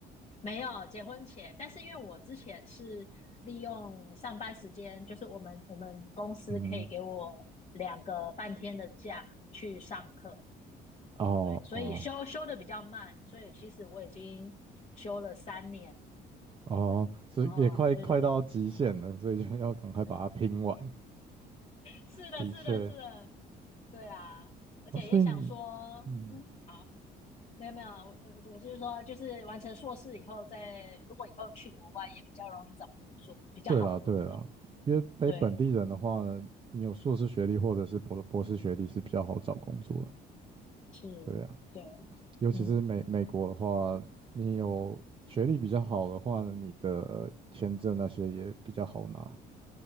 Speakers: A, on the left; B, on the right.
A: 没有结婚前，但是因为我之前是利用上班时间，就是我们我们公司可以给我两个半天的假去上课，
B: 嗯哼哦哦
A: 对，所以休休的比较慢，所以其实我已经休了三年了
B: 哦，
A: 对，
B: 是也快快到极限了，
A: 然后对对，
B: 所以就要赶快把它拼完。
A: 是的，
B: 的确，
A: 是的，是的，对啊，而且也想说，
B: 哦，所以你嗯，
A: 嗯，好，没有没有，我我我就是说，就是完成硕士以后再，如果以后去国外也比较容易找工作，比较好的工作，
B: 对啦对啦，因为非本地人的话呢，
A: 对。
B: 你有硕士学历或者是博博士学历是比较好找工作的，
A: 是，
B: 对呀。
A: 对，
B: 尤其是美美国的话，
A: 嗯
B: 你有学历比较好的话呢，你的签证那些也比较好拿。